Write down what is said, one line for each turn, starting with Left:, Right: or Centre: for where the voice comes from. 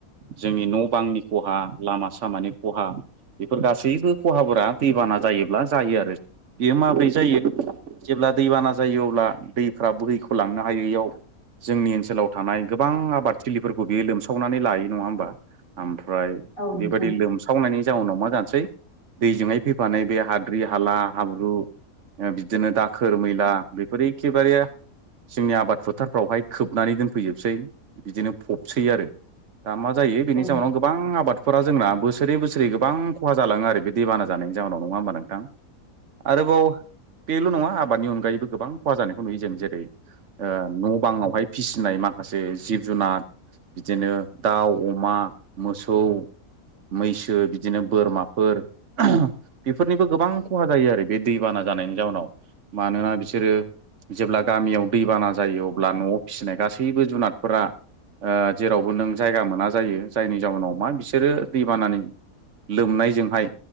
Right: जोंनि न' बांनि खहा लामा सामानि खहा बेफोर गासैबो खहाफोरा दैबाना जायोब्ला जायो आरो। बेयो माब्रै जायो जेब्ला दैबाना जायो अब्ला दैफ्रा बोहैख' लांनो हायैयाव जोंनि ओनसोलाव थानाय गोबां आबादथिलिफोरखौ बियो लोमसावनानै लायो। नङा होमबा? आम फ्राय
Left: औ नोंथां
Right: बेबायदि
Left: औ नोंथां औ
Right: लोमस सावनायनि जाउनाव मा जानोसै दैजोंहाय फैफानाय बे हाद्रि, हाला, हाब्रु ओ बिदिनो दाखोर मैला बेफोर एखेबारे जोंनि आबाद फोथारफ्रावहाय खोबनानै दोनफैजोबसै बिदिनो फबसै आरो। दा मा जायो बेनि
Left: ओ
Right: जाउनाव गोब बां आबादफोरा जोंना बोसोरै बोसोरै गोबां खहा जालाङो आरो बे दैबाना जानायनि जाउनाव। नङा होमबा नोंथां? आरोबाव बेल' नङा आबादनि अनगायैबो गोबां खहा जानायखौ नुयो जों जेरै ओ न' बाङावहाय फिसिनाय माखासे जिब जुनाद बिदिनो दाउ, अमा, मोसौ मैसो बिदिनो बोरमाफोर बेफोरनिबो गोबां खहा जायो आरो बे दैबाना जानायनि जाउनाव। मानोना बिसोरो जेब्ला गामियाव दैबाना जायो अब्ला न'आव फिसिनाय गासैबो जुनादफोरा ओ जेरावबो नों जायगा मोना जायो जायनि जाउनाव मा बिसोरो दैबानानि लोमनायजोंहाय